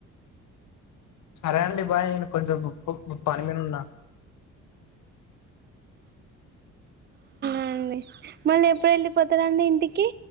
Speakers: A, on the left; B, on the right.
A: సరే అండి బాయ్ నేను కొంచెం పని మీద ఉన్నా
B: ఆండి మళ్ళీ ఎప్పుడు వెళ్ళిపోతారండి ఇంటికి